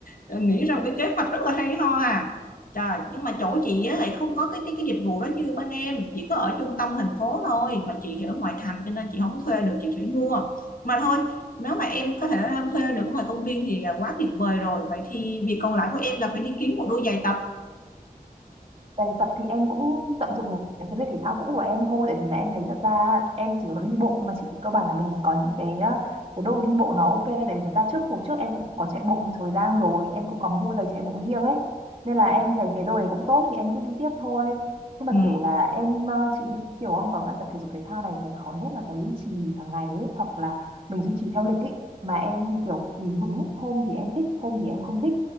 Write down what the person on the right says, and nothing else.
bài tập thì em cũng tận dụng những cái giày thể thao cũ của em thôi tại vì là em thấy thật ra em chỉ có đi bộ thôi mà chỉ cơ bản là mình có những cái ờ, cái đôi đi bộ nó ok tại vì thật ra trước hồi trước em cũng có chạy bộ một thời gian rồi em cũng có mua giày chạy bộ riêng ấy nên là em thấy cái đôi này cũng tốt thì em cứ đi tiếp thôi nhưng mà
kiểu là em ờ, chị kiểu ông có nghĩa là tập thể dục thể thao này cái khó nhất là cái duy trì hàng ngày ấy hoặc là mình duy trì theo lịch ấy mà em thì kiểu thì hứng hôm thì em thích hôm thì em không thích